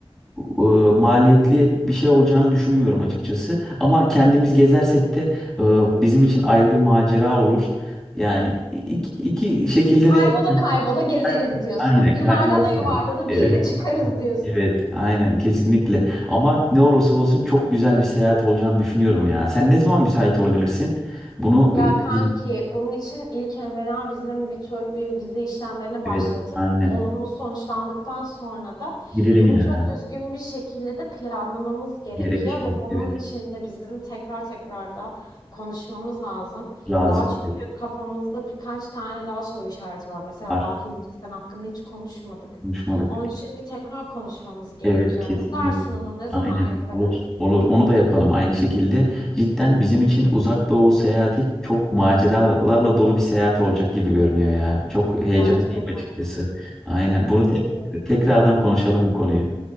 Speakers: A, in the centre; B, on the left.
A: e, maliyetli bir şey olacağını düşünmüyorum açıkçası. Ama kendimiz gezersek de ee, Bizim için ayrı bir macera olur. Yani iki, iki şekilde
B: Kaybola
A: de <laughs>
B: kaybola gezeriz
A: Kay-
B: diyorsun.
A: aynen
B: Yuvarlana
A: kaybedersin.
B: yuvarlana
A: Evet,
B: bir yere çıkarız diyorsun.
A: evet, aynen kesinlikle. Ama ne olursa olsun çok güzel bir seyahat olacağını düşünüyorum ya. Sen ne zaman müsait olabilirsin? Bunu
B: Ya
A: e,
B: kanki
A: Aynen.
B: bunun için ilk evvela bizim bir tür bir vize işlemlerine başlatıp
A: evet, aynen.
B: olumlu sonuçlandıktan sonra da
A: Gidelim
B: bunu
A: ya.
B: çok düzgün bir şekilde de planlamamız gerekiyor
A: Gerekiyor.
B: ve bunun
A: Evet,
B: için de bizim tekrar tekrar da konuşmamız lazım.
A: lazım.
B: Daha çünkü
A: Evet,
B: kafamızda birkaç tane daha soru işareti var. Mesela
A: var.
B: daha Hindistan hakkında hiç konuşmadık.
A: Konuşmadık.
B: Onun için bir tekrar konuşmamız gerekiyor.
A: Evet kesinlikle.
B: Ne dersin ona? Ne zaman
A: Aynen.
B: yaparız?
A: Olur. Olur. Onu da yapalım aynı şekilde. Cidden bizim için uzak doğu seyahati çok maceralarla dolu bir seyahat olacak gibi görünüyor ya. Çok heyecanlıyım
B: Bence de
A: açıkçası.
B: kanka.
A: Aynen. Bunu
B: Bence
A: tek-
B: de.
A: tekrardan konuşalım bu konuyu.